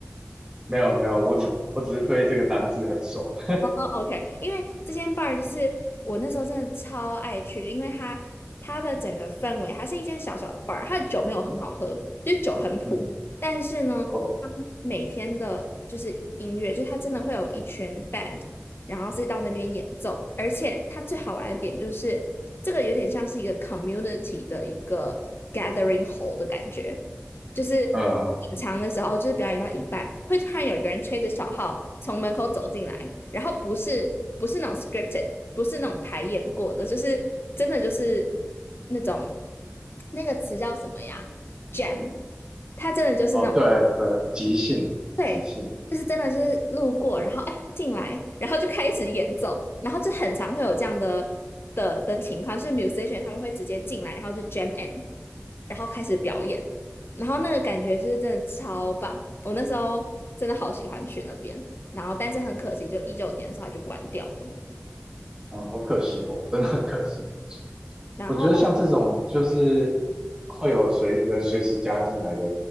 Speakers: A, on the right (about 20°); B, on the left (about 55°).
A: 没有没有，我只我只是对这个单字很熟，
B: 哦，OK，因为这间 bar 就是我那时候真的超爱去，因为它它的整个氛围，它是一间小小的 bar，它的酒没有很好喝，就酒很普，
A: <laughs> 嗯。
B: 但是呢，
A: 我。
B: 它每天的就是音乐，就是它真的会有一群 band，然后是到那边演奏，而且它最好玩的点就是这个有点像是一个 community 的一个 gathering hole 的感觉。就是品尝的时候，
A: 嗯嗯，
B: 就是表演到一半，会突然有一个人吹着小号从门口走进来，然后不是不是那种 scripted，不是那种排演过的，就是真的就是那种那个词叫什么呀？jam，它真的就是那种。
A: 哦，对对，即兴即兴的，
B: 对，就是真的就是路过，然后哎进来，然后就开始演奏，然后就很常会有这样的的的情况，就是 musician 他们会直接进来，然后就 jam in，然后开始表演，然后那个感觉就是真的超棒，我那时候真的好喜欢去那边，然后但是很可惜，就一九年的时候它就关掉了，
A: 啊，好可惜哦，真的很可惜。
B: 然后
A: 我觉得像这种就是会有随人随时加进来的